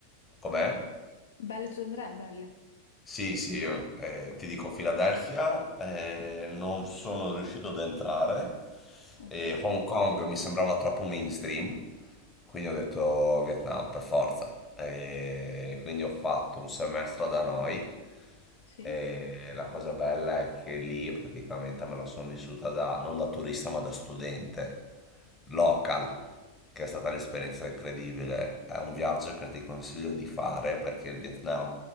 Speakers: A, on the left (about 15°); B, on the left (about 65°).
A: com'è?
B: Belle tutte e tre, belle.
A: Sì, sì, io, eh, ti dico Philadelphia, eh, non sono riuscito ad entrare,
B: Ok,
A: e Hong Kong mi sembrava troppo mainstream, quindi ho detto Vietnam per forza. E quindi ho fatto un semestre da noi
B: sì,
A: e la cosa bella è che lì praticamente me la sono vissuta da, non da turista ma da studente, local, che è stata un'esperienza incredibile. È un viaggio che ti consiglio di fare perché il Vietnam